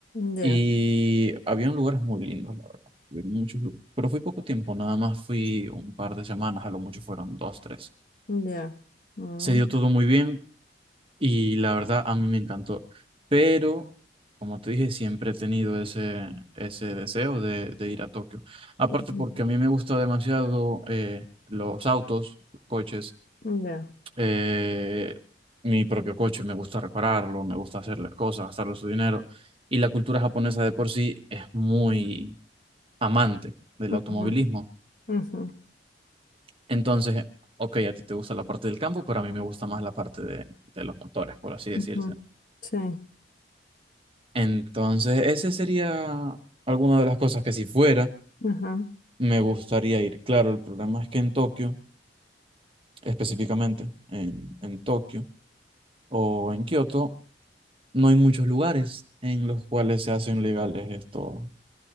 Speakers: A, on the left (about 50°); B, on the right (about 30°).
A: ya,
B: y había lugares muy lindos, la verdad, había muchos lugares, pero fui poco tiempo, nada más fui un par de semanas, a lo mucho fueron dos, tres.
A: ya. Mm,
B: Se dio todo muy bien, Y la verdad, a mí me encantó. Pero, como te dije, siempre he tenido ese, ese deseo de, de ir a Tokio. Aparte
A: ujú,
B: porque a mí me gusta demasiado eh, los autos, los coches,
A: ya.
B: eh, mi propio coche, me gusta repararlo, me gusta hacer las cosas, gastarle su dinero. Y la cultura japonesa de por sí es muy amante del
A: ujú,
B: automovilismo.
A: ujú,
B: Entonces, ok, a ti te gusta la parte del campo, pero a mí me gusta más la parte de, de los motores, por así decirse.
A: ujú. Sí,
B: Entonces, ese sería alguna de las cosas que si fuera,
A: ajá,
B: me gustaría ir. Claro, el problema es que en Tokio, específicamente en, en Tokio o en Kioto, no hay muchos lugares en los cuales se hacen legales estos,